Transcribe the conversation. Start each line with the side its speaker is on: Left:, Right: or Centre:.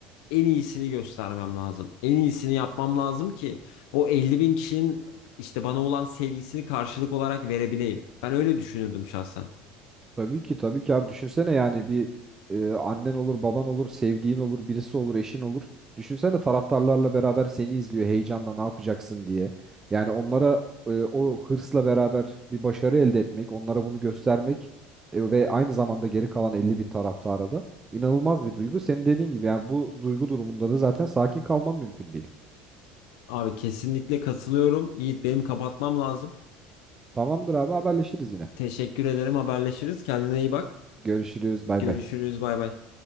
Left: en iyisini göstermem lazım. En iyisini yapmam lazım ki o 50 bin kişinin işte bana olan sevgisini karşılık olarak verebileyim. Ben öyle düşünürdüm şahsen.
Right: Tabii ki tabii ki abi düşünsene yani bir e, annen olur, baban olur, sevdiğin olur, birisi olur, eşin olur. Düşünsene taraftarlarla beraber seni izliyor heyecanla ne yapacaksın diye. Yani onlara e, o hırsla beraber bir başarı elde etmek, onlara bunu göstermek e, ve aynı zamanda geri kalan 50 bin taraftara da inanılmaz bir duygu. Senin dediğin gibi yani bu duygu durumunda da zaten sakin kalmam mümkün değil.
Left: Abi kesinlikle katılıyorum. Yiğit benim kapatmam lazım.
Right: Tamamdır abi haberleşiriz yine.
Left: Teşekkür ederim. Haberleşiriz. Kendine iyi bak.
Right: Görüşürüz bay
Left: Görüşürüz.
Right: bay.
Left: Bay bay.